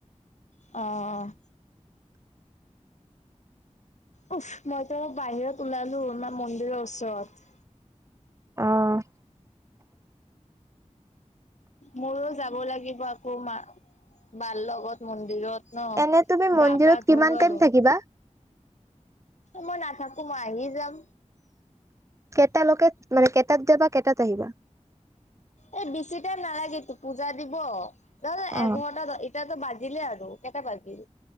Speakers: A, on the left; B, on the right.
A: অ'। উফ মইতো বাহিৰত ওলালো মাৰ মন্দিৰৰ ওচৰত।
B: অ'।
A: মোৰো যাব লাগিব আকৌ মা বাৰ লগত মন্দিৰত ন
B: এনে তুমি মন্দিৰত
A: গা পা ধলো
B: কিমান টাইম
A: আৰু।
B: থাকিবা
A: মই নাথাকো মই আহি যাম।
B: কেইটা লৈকে মানে কেটাত যাবা কেইটাত আহিবা?
A: এই বেছি টাইম নালাগে পূজা দিব দহ
B: অ',
A: এঘন্টা। কটাতো বাজিলে আৰু কেইটা বাজিল